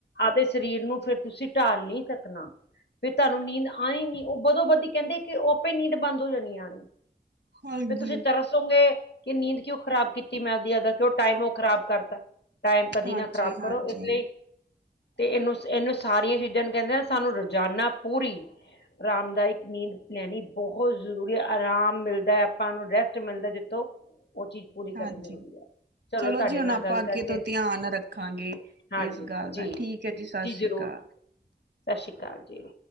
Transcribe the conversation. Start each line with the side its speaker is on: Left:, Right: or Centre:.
Left: ਆਪਦੇ ਸਰੀਰ ਨੂੰ ਫਿਰ ਤੁਸੀਂ ਢਾਲ ਨੀ ਸਕ ਆਪਣਾ ਫਿਰ ਤੁਹਾਨੂੰ ਨੀਂਦ ਆਣੀ ਨੀ, ਉਹ ਬਦੋ ਬਧਦੀ ਕਹਿੰਦੇ ਕਿ ਉਹ ਆਪੇ ਨੀਂਦ ਬੰਦ ਹੋ ਜਾਣੀ ਆਣੀ
Right: ਹਾਂਜੀ
Left: ਫਿਰ ਤੁਸੀਂ ਤਰਸੋਗੇ, ਕਿ ਨੀਂਦ ਕਿਉਂ ਖਰਾਬ ਕੀਤੀ ਮੈਂਦੀਆਦਾ ਕਿਉਂ ਟਾਈਮ ਉਹ ਖਰਾਬ ਕਰਤਾ ਟਾਈਮ ਕਦੀ
Right: ਹਾਂਜੀ
Left: ਨਾ ਖਰਾਬ
Right: ਹਾਂਜੀ
Left: ਕਰੋ, ਇਸ ਲਈ ਤੇ ਇਹਨੂੰ ਇਹਨੂੰ ਸਾਰੀਆਂ ਚੀਜ਼ਾਂ ਨੂੰ ਕਹਿੰਦੇ ਸਾਨੂੰ ਰੋਜ਼ਾਨਾ ਪੂਰੀ ਆਰਾਮਦਾਇਕ ਨੀਂਦ ਲੈਣੀ ਬਹੁਤ ਜ਼ਰੂਰੀ, ਆਰਾਮ ਮਿਲਦਾ ਹੈ ਆਪਾਂ ਨੂੰ ਰੈਸਟ ਮਿਲਦਾ ਜਿੱਥੋਂ ਉਹ ਚੀਜ਼ ਪੂਰੀ ਕਰਨੀ
Right: ਹਾਂਜੀ
Left: ਜ਼ਰੂਰੀ ਆ ਚਲੋ ਤੁਹਾਡੇ
Right: ਜੀ ਹੁਣ
Left: ਨਾਲ
Right: ਆਪਾਂ
Left: ਗੱਲ
Right: ਅੱਗੇ
Left: ਕਰਕੇ
Right: ਤੋਂ ਧਿਆਨ ਰੱਖਾਂਗੇ
Left: ਹਾਂਜੀ,
Right: ਇਸ ਗੱਲ
Left: ਜੀ
Right: ਦਾ ਠੀਕ ਹੈ ਸਤਿ
Left: ਜੀ
Right: ਸ੍ਰੀ
Left: ਜ਼ਰੂਰ,
Right: ਅਕਾਲ
Left: ਸਤਿ ਸ਼੍ਰੀ ਅਕਾਲ ਜੀ